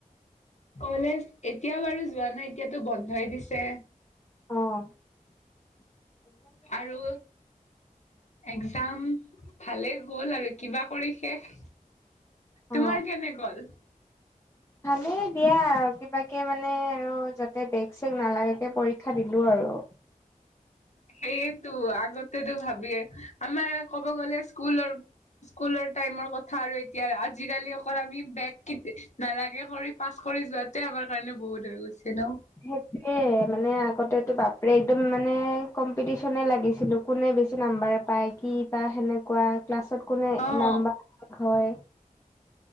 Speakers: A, on the left; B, on the left.
A: কলেজ এতিয়া বাৰু যোৱা নাই এতিয়াতো বন্ধই দিছে।
B: অঁ।
A: আৰু। একজাম ভালেই গ'ল আৰু কিবা কৰি শেষ।
B: অ
A: তোমাৰ কেনে গ'ল?
B: ভালেই দিয়া আৰু কিবাকে মানে আৰু যাতে বেগ- চেগ নালাগাকে পৰীক্ষা দিলোঁ আৰু।
A: সেইয়েতো আগতেতো ভাবিয়ে আমাৰ ক'ব গ'লে স্কুলৰ। স্কুলৰ টাইমৰ কথা আৰু এতিয়া আজিকালি অকল আমি বেগ কে নালাগে কৰি পাছ কৰি যোৱাত। ত আমাৰ কাৰণে বহুত হৈ গৈছে ন?
B: সেইটোয়ে মানে আগতেতো বাপৰে একদম মানে কম্পিটিশনে লাগিছিলো। কোনে বেছি নাম্বাৰ পায়, কি পায় সেনেকুৱা ক্লাছত কোনে
A: অ'
B: নাম্বাৰ হয়।